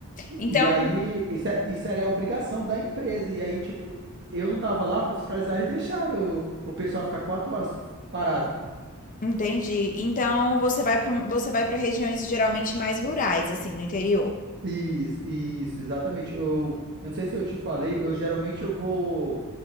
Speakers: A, on the right; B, on the left.
A: E,
B: Então,
A: e aí isso, é- isso era a obrigação da empresa. E aí, tipo, eu não tava lá para fiscalizar, eles deixaram o, o pessoal ficar quatro horas parado.
B: Entendi. Então você vai para você vai para regiões geralmente mais rurais, assim, no interior.
A: Isso, isso, exatamente. Eu, eu não sei se eu te falei, eu geralmente eu vou